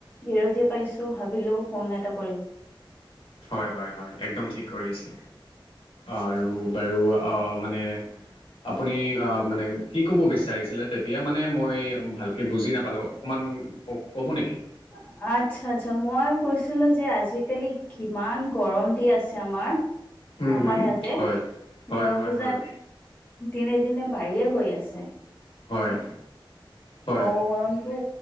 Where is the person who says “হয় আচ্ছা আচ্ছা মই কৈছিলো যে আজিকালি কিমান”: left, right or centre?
Left